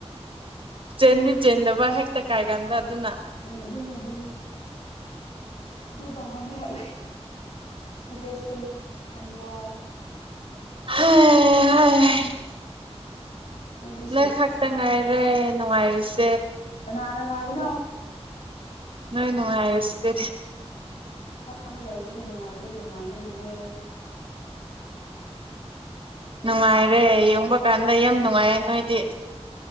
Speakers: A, on the right (about 50°); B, on the left (about 80°).
A: ꯆꯦꯟꯗꯤ ꯆꯦꯟꯗꯕ ꯍꯦꯛꯛꯇ ꯀꯥꯏ ꯗ ꯑꯗꯨꯅ
B: ꯎꯝ ꯑꯗꯨꯅꯤ ꯑꯗꯨꯅꯤ ꯑꯗꯨ ꯇꯧꯍꯜꯂꯦ ꯂꯩ ꯁꯤꯦꯔꯤꯌꯁꯂꯤ ꯌꯥꯝ ꯋꯥꯔꯦ
A: <unintelligible>
B: ꯅꯣꯏꯗꯤ
A: ꯅꯣꯏ ꯈꯛꯇ ꯉꯥꯏꯔꯦ ꯅꯨꯡꯉꯥꯏꯔꯤꯁ
B: ꯅꯥꯅꯦ ꯎꯥꯏꯗ
A: ꯅ ꯅꯅꯨꯡꯉꯥꯏꯁꯦ
B: ꯥꯏꯔꯤꯗꯤ ꯀ ꯅꯨꯡꯉꯥꯏꯕꯦ ꯃꯥꯡꯕꯒꯤꯅꯦ
A: ꯅꯨꯡꯉꯥꯏꯔꯦ ꯌꯦꯡꯕ ꯀꯥꯟꯗ ꯌꯥꯝ ꯅꯨꯡꯉꯥꯏꯌꯦ ꯅꯣꯏꯗꯤ